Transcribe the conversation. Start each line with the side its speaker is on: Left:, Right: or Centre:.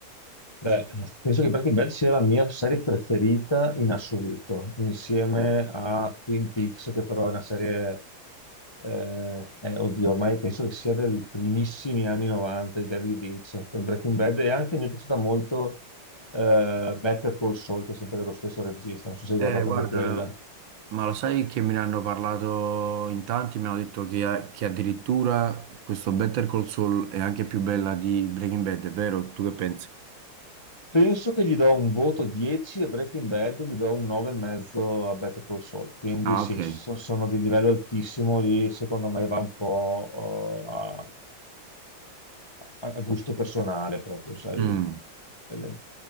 Left: Beh, penso che Breaking Bad sia la mia serie preferita in assoluto, insieme
Right: Eh,
Left: a Twin Peaks, che però è una serie, eh, eh, oddio, ormai penso che sia del primissimi anni 90 di David Lynch per Breaking Bad e anche mi è piaciuta molto eh, Better Call Saul, che è sempre dello stesso regista, non so se hai guardato
Right: eh, guarda.
Left: anche quella.
Right: Ma lo sai che me ne hanno parlato in tanti, mi hanno detto che, che addirittura questo Better Call Saul è anche più bella di Breaking Bad, è vero? Tu che pensi?
Left: Penso che gli do un voto 10 a Breaking Bad, gli do un 9,5 a Better Call Saul. Quindi
Right: Ah,
Left: sì,
Right: ok.
Left: so- sono di livello altissimo lì, secondo me va un po' eh, a, a gusto personale proprio, sai.
Right: Mm.
Left: Belle-